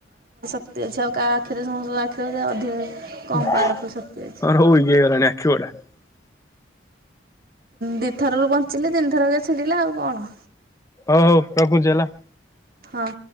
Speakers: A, on the right; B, on the left.
A: ଛଆକା ଆଖିରେ ସମସ୍ତଙ୍କ ଆଖିରେ ଅଧିକ
B: ହ
A: କମ୍ ପାୱାରଫୁଲ୍
B: ଆ
A: ଶକ୍ତି
B: ଇଏ
A: ଅଛି
B: ହେଇଗଲାଣି ଆଖିବଡା
A: ଦି ଥର ବଞ୍ଚିଲେ ତିନିଥରକେ ଛିଡିଲା ଆଉ କଣ।
B: ହଉ ହଉ ରଖୁଛି ହେଲା।
A: ହଁ